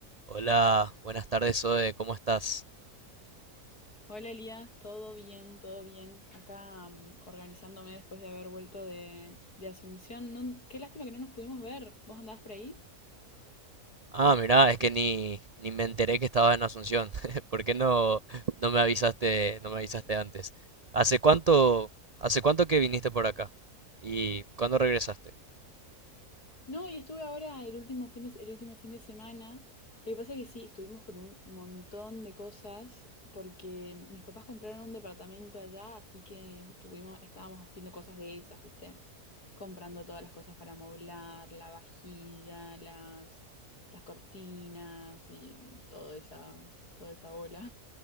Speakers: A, on the right; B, on the left.
A: Hola, buenas tardes, Zoe, ¿cómo estás?
B: Hola Elías, todo bien, todo bien. Acá mm, organizándome después de haber vuelto de, de Asunción. No- qué lástima que no nos pudimos ver. ¿Vos andabas por ahí?
A: Ah, mirá, es que ni, ni me enteré que estabas en Asunción. <laughs> ¿Por qué no, no me avisaste, no me avisaste antes? ¿Hace cuánto, hace cuánto que viniste por acá? ¿Y cuándo regresaste?
B: No, y estuve ahora el último fin de, el último fin de semana. Lo que pasa es que sí, estuvimos con un montón de cosas porque mis papás compraron un departamento allá, así que estuvimos, estábamos haciendo cosas de esas, ¿viste? Comprando todas las cosas para moblar, la vajilla, las, las cortinas y toda esa, toda esa bola.